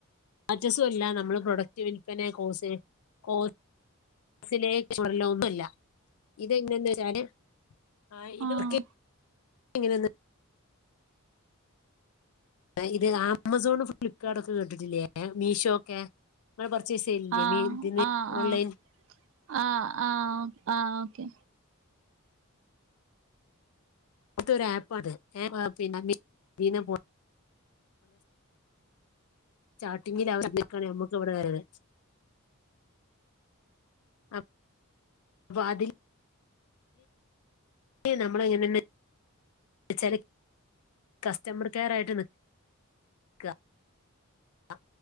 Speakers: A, on the left (about 80°); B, on the right (about 60°).
A: റ്റസും അല്ല നമ്മൾ പ്രൊഡക്റ്റ് വിൽപന കോസെ കോ മസിലേക്ക് <unintelligible> ഒന്നുഇല്ല ഇതെങ്ങനന്ന് വെച്ചാല് ആ ഇത്ക്കെ
B: ആഹ്
A: എങ്ങനെ എന്ന് ഇത് ആമസോൺ ഫ്ലിപ്കാർട്ട് ഒക്കെ കേട്ടിട്ടില്ലേ മീഷോ ഒക്കെ പർച്ചേസ് ചെയ്യലില്ലേ
B: ആഹ്
A: മീ ഇതിന്
B: ആഹ്
A: ഓൺലൈൻ
B: ആഹ് ആഹ് ആഹ് ആഹ് ഓക്കെ
A: അതൊര് ആപ്പാണ് എ പിന്നെ ചാട്ടിങ്ങിൽ അവ നിക്കണെ നമ്മുക്കിവിടെ ആര് അ വാദിൽ നമ്മളും ഇങ്ങനന്നെ ച്ചര് കസ്റ്റമർ കെയർ ആയിട്ടാണ് നിക്ക <unintelligible>